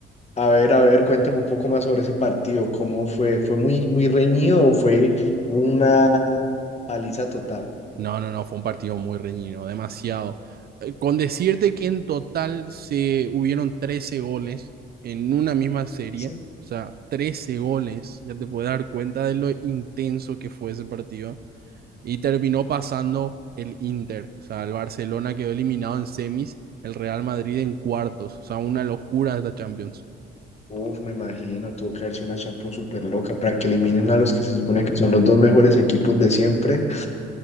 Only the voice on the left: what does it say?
A ver, a ver, cuéntame un poco más sobre ese partido. ¿Cómo fue? ¿Fue muy, muy reñido o fue una paliza total?
Sí.
Uf, me imagino, tuvo que haberse una Champions súper loca para que eliminen a los que se supone que son los dos mejores equipos de siempre.